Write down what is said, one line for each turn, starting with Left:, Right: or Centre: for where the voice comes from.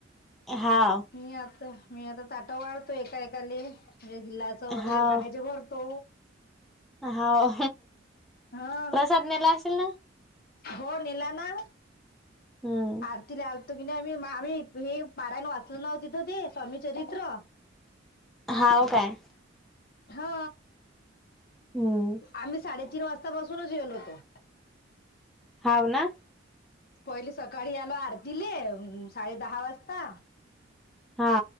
Centre: हा.
Left: मी आता. मी आता ताट वाढतो एका एकाले म्हणजे गिलास वगैरे
Centre: हाव
Left: पाण्याचे भरतो.
Centre: हाव.
Left: हा
Centre: प्रसाद नेला असेल ना?
Left: हो नेला ना.
Centre: हम्म
Left: आरतीला आलतो की नाही आम्ही. मग आम्ही हे पारायन वाचलो नाव तिथं ते स्वामीचरित्र.
Centre: हाव काय?
Left: हा.
Centre: हम्म
Left: आम्ही साडेतीन वाजता पासूनच गेलो होतो.
Centre: हाव ना?
Left: पहिली सकाळी आलो आरतीले एम, साडे दहा वाजता.
Centre: हा.